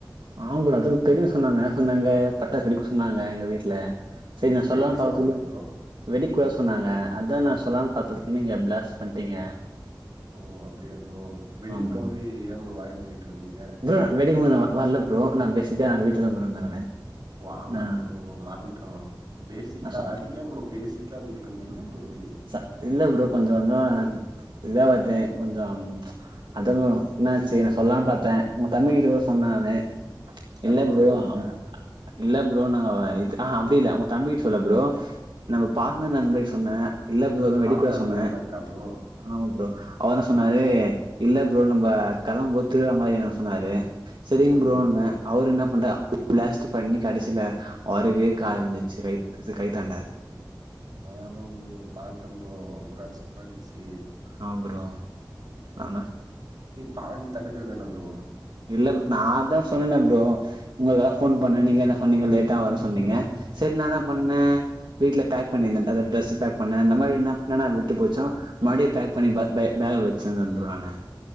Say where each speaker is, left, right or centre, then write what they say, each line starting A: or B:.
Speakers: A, on the right (about 70°); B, on the right (about 50°).
A: ஆமாம் ப்ரே அது பெரியவ சொன்னாங்க சொன்னாங்க பட்டாசு வெடிக்கும் சொன்னாங்க எங்க வீட்டுல சரி நான் சொல்லான்னு
B: வெடிக்க
A: பாத்ததுக்கு
B: சொன்னாங்களா ப்ரோ
A: வெடிக்கூடாதுனு சொன்னாங்க அதுதான் நா சொல்லான்னு பார்த்ததுக்கு நீங்க பிளாஸ்ட் பண்ணிட்டீங்க
B: ஓ அப்படியா ப்ரோ வெடிக்கும்
A: ப்ரோ
B: போது ஏன் ப்ரோ வாய மூடிட்டு இருந்தீங்க
A: ப்ரோ வெடிக்கும்போது நா வரல ப்ரோ நா ப்பேஸிக்கா நா வீட்டுல தா ப்ரோ இருந்த நானு
B: வாம்மால
A: நா
B: ப்ரோ மறந்துட்ட ப்ரோ பேசிக்கா
A: நா சொ
B: அதுக்கே ப்ரோ பேசிக்கா வீட்டுல இருந்துனா ப்ரோ அது
A: ச இல்ல ப்ரோ கொஞ்சம் கொஞ்சம் இதா பார்த்தேன் கொஞ்சம் அதும் என்னச்சு நா சொல்லான்னு பார்த்தேன் உங்க தம்பி கிட்ட தா சொன்னே
B: ம்
A: நானு
B: எப்ப
A: இல்ல ப்ரோ
B: சொன்னீங்க
A: அப் இல்ல ப்ரோ நாங்க இது ஆ அப்டி இல்ல உங்க தம்பிட்ட சொல்ல ப்ரோ நம்ம பாட்னர் நண்பர்ட்ட சொன்னே இல்ல ப்ரோ இது மாரி
B: பார்ட்னர்
A: வெடிக்க கூடாது சொன்னே
B: நண்பருக்கா ப்ரோ
A: ஆமா ப்ரோ அவர் என்ன சொன்னாரு இல்ல ப்ரோ நம்ப களம் போத்துகிற மாரி எதுனா சொன்னாரு செரிங்க
B: ஆ
A: ப்ரோண்ணே
B: ஓகே
A: அவரு என்ன பண்டா பிளாஸ்ட் பண்ணி கடைசில அவருக்கே காயோ வந்துச்சி கை இது கைத்தாண்ட
B: ஆமா ப்ரோ பாத்தே ப்ரோ ரொம்ப கஷ்டமாயிடுச்சி
A: ஆமா ப்ரோ நாந்தா
B: பாஞ்சி தடுக்றது தான ப்ரோ
A: இல்ல பு நா அதா சொன்னனே ப்ரோ உங்களுக்காக போன் பண்ணே நீங்க என்ன சொன்னீங்க லேட்டா வர சொன்னீங்க செரி நா என்ன பண்ணே வீட்ல பேக் பண்ணியிருந்தே அத டிரெஸ் பேக் பண்ணே இந்த மாதிரி என்ன என்னென்ன விட்டு போச்சோ மறுபடியு பேக் பண்ணி பே பேக் பேக்ல வச்சிருந்தே ப்ரோ நானு